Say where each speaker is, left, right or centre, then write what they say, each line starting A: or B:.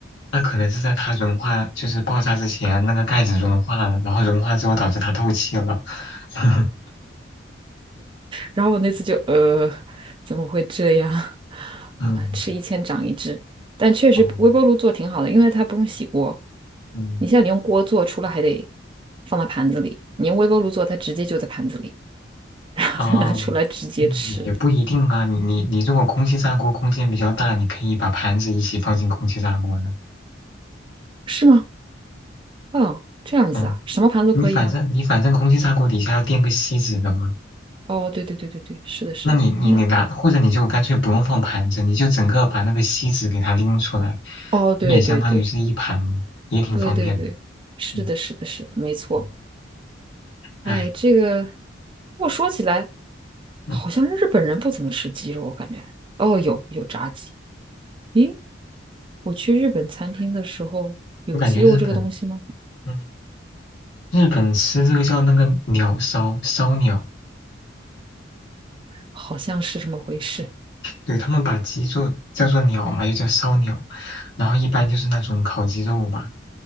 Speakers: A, on the left (about 70°); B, on the right (about 25°).
A: 那可能是在它融化，就是爆炸之前，那个盖子融化了，然后融化之后导致它透气了。<laughs>
B: 然后我那次就，呃，怎么会这样？<laughs>
A: 嗯，
B: 啊，吃一堑长一智。但确实微波炉做挺好的，
A: 哦，
B: 因为它不用洗锅。
A: 嗯，
B: 你像你用锅做，除了还得放到盘子里，你用微波炉做，它直接就在盘子里，<laughs> 然后拿出来直接吃，
A: 哦，嗯也也不一定啊。你你你，如果空气炸锅空间比较大，你可以把盘子一起放进空气炸锅的。
B: 是吗？哦，这样子啊，
A: 嗯，
B: 什么盘都可以吗？
A: 你反正你反正空气炸锅底下要垫个锡纸的嘛。
B: 哦，对对对对对，是的，是的，
A: 那你你你拿，
B: 那
A: 或者你就干脆不用放盘子，你就整个把那个锡纸给它拎出来，
B: 哦，对对对
A: 你也相当于是一盘嘛，也挺方便的。
B: 对对对，是的，
A: 嗯
B: 是的，是的，没错。
A: 嗯，
B: 哎，
A: 哎。
B: 这个我说起来，好像日本人不怎么吃鸡肉，
A: 嗯
B: 我感觉。哦，有有炸鸡。咦，我去日本餐厅的时候，有鸡肉这个东西吗？
A: 我感觉日本，嗯，日本吃这个叫那个鸟烧烧鸟，
B: 好像是这么回事。
A: 对，他们把鸡做叫做鸟嘛，又叫烧鸟，然后一般就是那种烤鸡肉嘛，